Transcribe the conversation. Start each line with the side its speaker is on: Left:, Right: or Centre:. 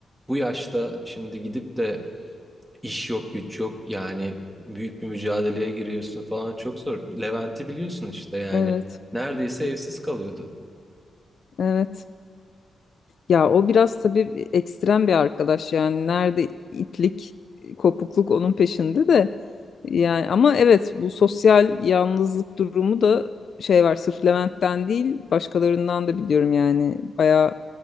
Centre: bu yaşta şimdi gidip de İş yok, güç yok. Yani büyük bir mücadeleye giriyorsun falan çok zor. Levent'i biliyorsun işte yani.
Left: Evet.
Centre: Neredeyse evsiz kalıyordu.
Left: Evet. Ya o biraz tabii ekstrem bir arkadaş yani nerede itlik, kopukluk onun peşinde de. Yani ama evet bu sosyal yalnızlık durumu da şey var sırf Levent'ten değil başkalarından da biliyorum yani bayağı